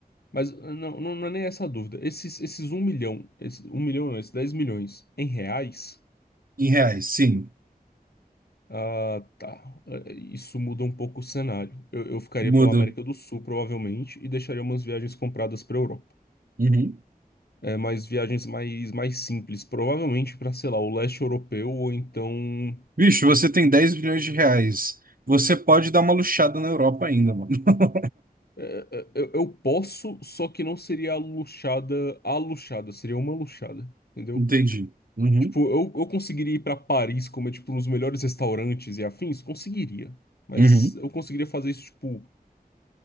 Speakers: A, on the left; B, on the right.
A: mas é, não, não, não é nem essa a dúvida. Esses, esses um milhão, esses, um milhão não, esses 10 milhões em reais.
B: Em reais, sim.
A: Ah, tá. É, Isso muda um pouco o cenário. Eu, eu ficaria
B: Muda.
A: pela América do Sul, provavelmente, e deixaria umas viagens compradas para Europa.
B: Uhum.
A: É, mas viagens mais, mais simples, provavelmente para, sei lá, o leste europeu ou então
B: Bicho, você tem 10 bilhões de reais. Você pode dar uma luxada na Europa ainda, mano. <laughs>
A: É, é, eu, eu posso, só que não seria a luxada, a luxada, seria uma luxada, entendeu?
B: Entendi. Uhum.
A: Tipo, eu, eu conseguiria ir pra Paris comer, tipo, nos melhores restaurantes e afins? Conseguiria. Mas
B: Uhum.
A: eu conseguiria fazer isso, tipo,